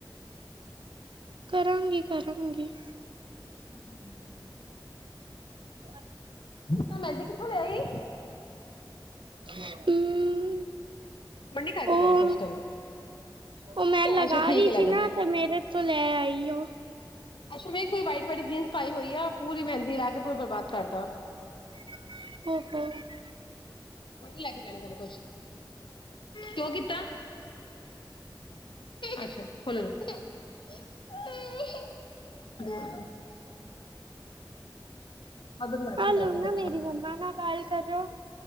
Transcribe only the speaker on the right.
ਕਰਾਂਗੀ-ਕਰਾਂਗੀ।
ਹੋਰ।
ਹੁ।
ਉਹ
ਉਹ ਮੈਂ ਲਗਾ
ਰਹੀ
ਸੀ
ਨਾ ਤੇ ਮੇਰੇ ਤੋ ਲੈ ਆਈਓ।
<unintelligible>
ਆ
ਲੋ
ਨਾ ਮੇਰੀ
ਮੰਮਾ ਨਾਲ ਗੱਲ ਕਰੋ